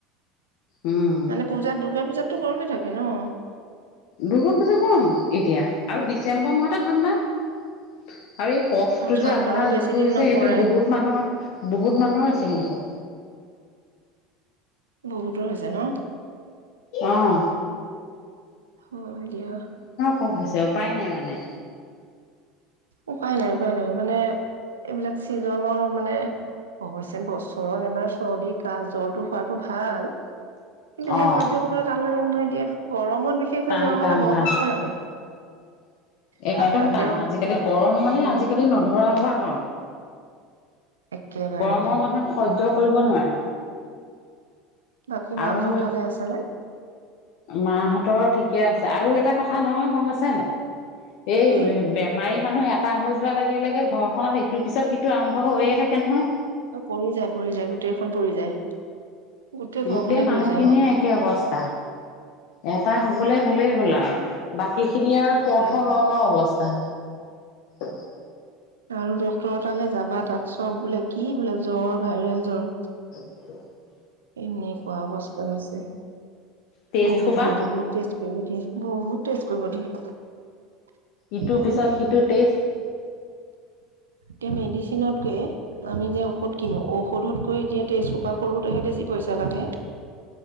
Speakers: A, on the left (about 55°); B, on the right (about 75°).
A: উম,
B: মানে পূজা দুৰ্গা পূজাতটো সৰুকে থাকে ক ন
A: দুৰ্গা পুজা কম এতিয়া আৰু ডিচেম্বৰ মাহতে ঠাণ্ডা উ আৰু এই কফটো
B: আৰু ঠাণ্ডাও
A: যে আপোনাৰ
B: বেছি
A: যোনটো
B: দিন
A: হৈছে
B: নপৰে
A: সেইটো বহুত মানুহৰ বহুত মানুহৰ হৈছে কিন্তু ক
B: বহুতৰ হৈছে ন
A: আহ
B: অঁ দিয়া
A: কফ হৈছে উপায় নাই মানে
B: উপায় নাই উপায় নাই মানে এইবিলাক চিজনৰ মানে অৱশ্যে বছৰত এবাৰ চৰ্দি কাহ জ্বৰটো হোৱাতটো ভাল কিন্তু
A: অ'।
B: সেই সৈৰ্য্য কৰিবলৈ টান লাগে নহয় এতিয়া গৰম ত বিশেষকে
A: টান
B: জ্বৰ
A: টান
B: হলে বৰ
A: টান
B: কষ্ট লাগে
A: একদম
B: ঠাণ্ডাত
A: টান
B: দেও
A: আজিকালি গৰম মানে
B: উম
A: আজিকালি নধৰা অ গম
B: একেবাৰে
A: গৰমৰ মানুহ সজ কৰিব নোৱাৰে
B: বাকী মাহঁত
A: আৰু
B: ভালে আছেনে
A: মাহঁতৰ ঠিকে আছে আৰু এটা কথা নহয় গম আছে নে এই
B: কি
A: বেমাৰি মানুহে কটা হৈ যোৱাৰ লগে লগে ঘৰখনত ইটোৰ পিছত সিটো আৰম্ভ হৈয়ে থাকে নহয়
B: অ পৰি যায় পৰি যায় গোটেইখন পৰি যায় ঘৰখনে
A: গোটেই মানুহখিনিৰে
B: পৰি যায় অ
A: একেই অৱস্থা এটা হবলৈ হ'লে হ'ল আৰু বাকীখিনি আৰু
B: তাকে
A: থওঁ থওঁ ল ল অৱস্থা অ
B: আৰু ডক্টৰ তালৈ যাবা তাত চব বোলে কি বোলে জ্বৰ ভাইৰেল জ্বৰ
A: অ
B: এনেকুৱা অৱস্থা হৈছে
A: টেষ্ট
B: বহুত
A: সোপা
B: দিয়ে বহুত টেষ্ট কৰিব দিয়ে বহুত টেষ্ট কৰিব দিয়ে
A: ইটোৰ
B: বহুত
A: পিছত
B: দিয়ে
A: সিটো টেষ্ট
B: এতিয়া মেডিচিনতকে আমি যে ঔষধ কিনো ঔষধতকৈ এতিয়া তেজ চোপা কৰো তোৰ হে বেছি পইচা লাগে